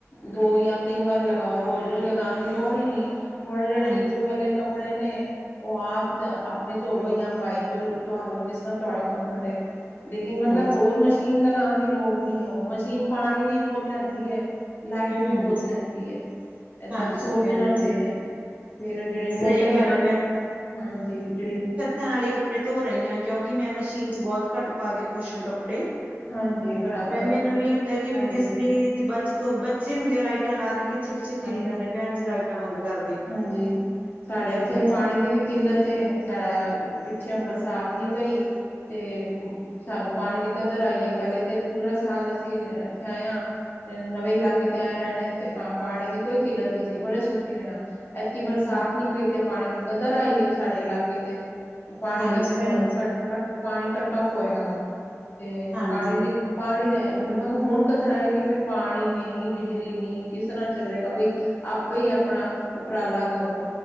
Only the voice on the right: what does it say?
ਹਾਂਜੀ,
ਹਾਂਜੀ,
ਹਾਂਜੀ,
ਹਾਂਜੀ
ਭੈਣ
ਜੀ।
ਸਹੀ
ਗੱਲ
ਘਰ ਆਲੇ ਕੱਪੜੇ ਧੋ ਰੀ ਆਂ ਕਿਉਂਕਿ ਮੈਂ ਮਸ਼ੀਨ ਚ ਬੋਤ ਘੱਟ ਪਾ ਕੇ ਖੁਸ਼ ਹਾਂ ਕੱਪੜੇ।
ਮੈਂ ਮੈਨੂੰ
ਇ ਹੁੰਦਾ ਕਿ
ਵੀ ਬਿਜਲੀ ਦੀ ਬ ਬੱਚਤ ਬੱਚੇ ਹੁੰਦੇ ਆ ਲਾਈਟਾਂ ਲਾਦੇ ਪਿੱਛੇ-ਪਿੱਛੇ ਫਿਰੀ
ਜਾਣੇ ਪੈਣ ਜੀ ਲਾਈਟਾਂ ਬੰਦ ਕਰਦੇ।
ਹਾਂਜੀ,
ਹਾਂਜੀ।
ਹਾਂਜੀ
ਭੈਣ
ਜੀ
ਹਾਂਜੀ।